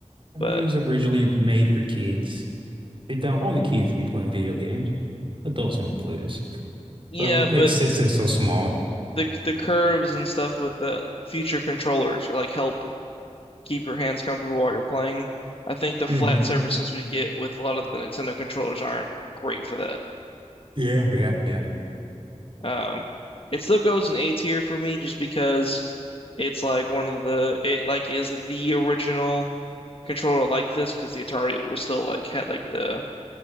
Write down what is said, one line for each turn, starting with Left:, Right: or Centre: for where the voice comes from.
Right: I mean,
Left: But
Right: it was originally made for kids. They found all the kids to be playing video games. Adults won't play this,
Left: Yeah,
Right: so it
Left: but
Right: makes sense that it's so small.
Left: the the curves and stuff with the future controllers are like help keep your hands comfortable while you're playing. I think the
Right: mm
Left: flat
Right: hmm
Left: surfaces we get with a lot of the Nintendo controllers aren't great for that.
Right: Yeah, yeah, yeah.
Left: Um, it still goes in A tier for me just because it's like one of the it like is the original controller like this because the Atari was still like had like the